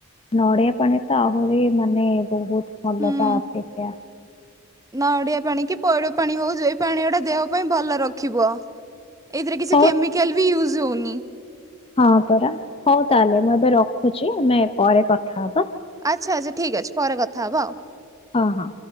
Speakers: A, on the left (about 25°); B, on the right (about 15°).
A: ନୋଡ଼େ। ମାନେ ତାହେଲେ ମାନେ। ବହୁତ ଭଲତା
B: ହୁଁ
A: ଅପେକ୍ଷା
B: ନଡିଆ ପାଣି କି ପଇଡ ପାଣି ହଉଛି ଏଇ ପାଣି ଗୁଟା ଦେହ ପାଇଁ ଭଲ ରଖିବ। ଏଇଥିରେ କିଛି
A: ହଉ
B: କେମିକାଲ ବି ଇଉଜ ଜୋନି।
A: ହଁ ପରା ହଉ ତାହଲେ ମୁଁ ଏବେ ରଖୁଛି ଆମେ ପରେ କଥା ହବା।
B: ଆଚ୍ଛା ଆଚ୍ଛା ଠିକ୍ ଅଛି ପରେ କଥା ହବ ଆଉ।
A: ହଁ ହଁ